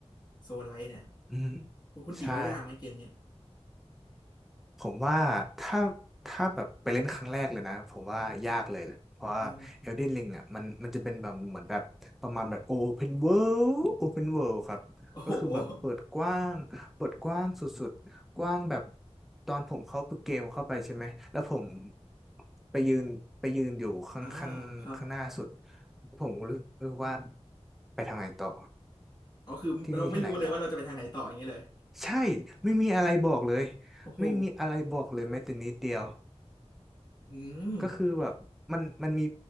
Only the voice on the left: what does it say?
โซลไลท์เนี่ย
คุณคุณตีว่ายากไหมเกมนี้
อ๋อ
โอ้โห <laughs>
อ่าครับ
อ๋อคือเราไม่รู้เลยว่าเราจะไปทางไหนต่ออย่างนี้เลย
โอ้โห
อืม